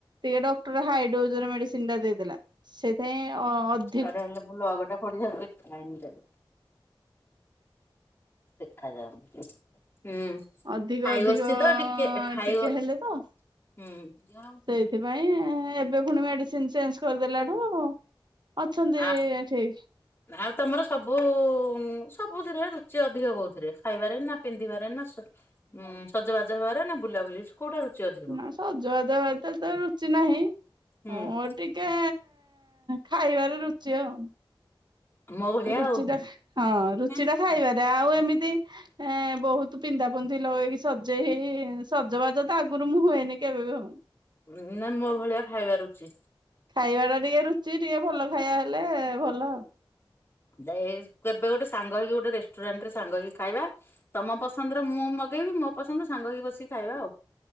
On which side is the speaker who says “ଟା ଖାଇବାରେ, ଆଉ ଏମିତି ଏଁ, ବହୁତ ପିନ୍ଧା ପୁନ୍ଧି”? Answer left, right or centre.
Right